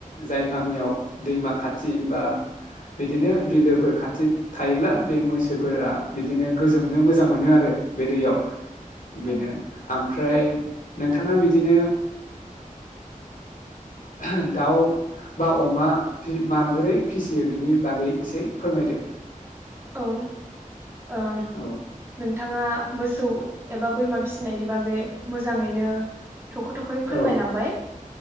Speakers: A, on the left; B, on the right.
A: जाय गामियाव दैमा खाथि बा बिदिनो बिलोफोर खाथि थायोब्ला बे मैसोफोरा बिदिनो गो जोमनो मोजां मोनो आरो बे दैयाव
B: औ
A: बेनो आम ओमफ्राय नोंथांङा बिदिनो
B: <inaudible>
A: ओहो दाउ बा अमा फि माबोरै फिसियो बिनि बागै एसे फोरमायदो
B: औ ओ नों
A: औ
B: नोंथांङा मोसौ एबा बोरमा फिसिनायनि बागै मोजांङै नो थख' थख'यै फोरमायलांबाय
A: औ